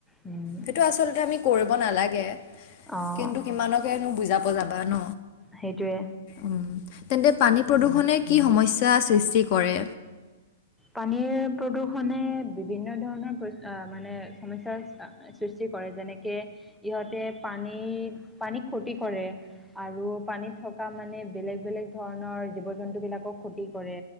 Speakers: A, in the centre; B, on the left.
A: উম,
B: সেইটো আচলতে আমি কৰিব নালাগে।
A: অ'।
B: কিন্তু কিমানকেনো বুজাব যাবা ন?
A: সেইটোৱে।
B: উম, তেন্তে পানী প্ৰদূষণে কি সমস্যাৰ সৃষ্টি কৰে?
A: পানীৰ প্ৰদূষণে বিভিন্ন ধৰণৰ প্ৰ-অ' মানে সমস্যাৰ আ সৃষ্টি কৰে, যেনেকে ইহঁতে পানী পানীক ক্ষতি কৰে। আৰু পানীত থকা মানে বেলেগ বেলেগ ধৰণৰ জীৱ জন্তুবিলাকক ক্ষতি কৰে।